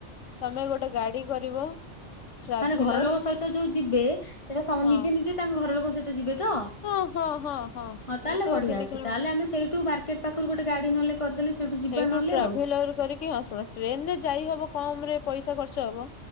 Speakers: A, on the left; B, on the left.
A: ତମେ ଗୋଟେ ଗାଡ଼ି କରିବ। ଟ୍ରାଭେଲର
B: ମାନେ ଘର ଲୋକ ସହିତ ଯୋଉ ଯିବେ ସେଇଟା ସ
A: ହଁ
B: ନିଜେ ନିଜେ ତାଙ୍କ ଘର ଲୋକ ସହିତ ଯିବେ ତ।
A: ହଁ ହଁ ହଁ
B: ହଁ
A: ସେଇଠୁ
B: ତାହେଲେ ବଢ଼ିଆ
A: ତିନି
B: ଅଛି।
A: କିଲୋମିଟର
B: ତାହାଲେ ଆମେ ସେଇଠୁ ବାର୍କେଟ୍ ପାଖରୁ ଗୋଟେ ଗାଡ଼ି ନହେଲେ କରିଦେଲେ ସେଇଠୁ ଯିବା
A: ଏଇଠୁ
B: ନହେଲେ
A: ଟ୍ରାଭେଲର
B: ଆଉ
A: କରିକି ହଁ ଶୁଣ ଟ୍ରେନ ରେ ଯାଇ ହବ କମ ରେ ପଇସା ଖର୍ଚ୍ଚ ହବ।